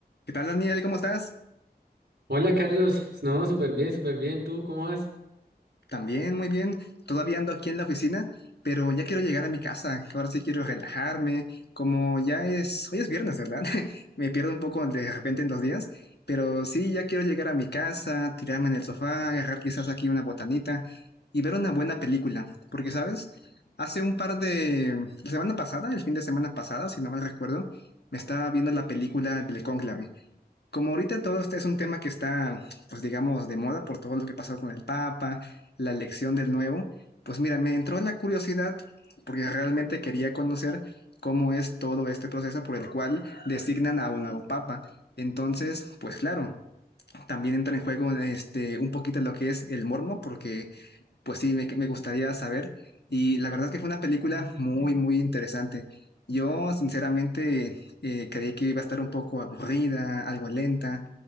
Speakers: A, on the left (about 80°); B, on the right (about 85°).
A: ¿Qué tal, Daniel? ¿Cómo estás?
B: Hola Carlos, no, súper bien, súper bien. ¿Tú cómo vas?
A: También, muy bien. Todavía ando aquí en la oficina, pero ya quiero llegar a mi casa, que ahora sí quiero relajarme. Como ya es, hoy es viernes, ¿verdad? <laughs> Me pierdo un poco de repente en los días, pero sí, ya quiero llegar a mi casa, tirarme en el sofá, agarrar quizás aquí una botanita y ver una buena película. Porque, ¿sabes? Hace un par de... La semana pasada, el fin de semana pasada, si no mal recuerdo, me estaba viendo la película del Cónclave. Como ahorita todo este es un tema que está, pues digamos, de moda por todo lo que pasó con el Papa, la elección del nuevo, pues mira, me entró la curiosidad porque realmente quería conocer cómo es todo este proceso por el cual designan a un nuevo Papa. Entonces, pues claro, también entra en juego este, un poquito lo que es el mormo, porque pues sí, me, me gustaría saber. Y la verdad es que fue una película muy, muy interesante. Yo, sinceramente, eh, creí que iba a estar un poco aburrida, algo lenta